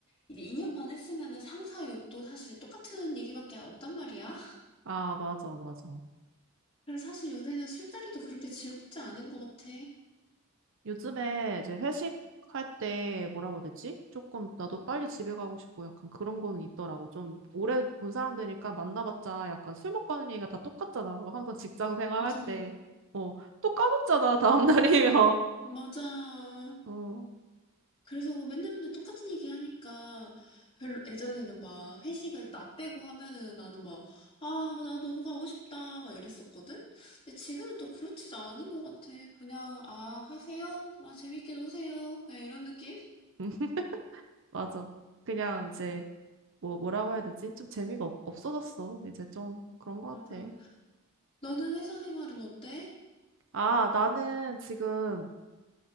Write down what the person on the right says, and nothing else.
아, 맞아, 맞아.
요즘에 이제 회식할 때 뭐라고 해야 되지? 조금 나도 빨리 집에 가고 싶고 약간 그런 거는 있더라고. 좀 오래 본 사람들이니까 만나봤자 약간 술 먹고 하는 얘기가 다 똑같잖아. 항상 직장 생활할
때. 어, 또 까먹잖아, 다음날이면.
<laughs> 어,
<laughs> 맞아. 그냥 이제 뭐, 뭐라고 해야 되지? 좀 재미가 없, 없어졌어. 이제 좀 그런 거
같아.
아, 나는 지금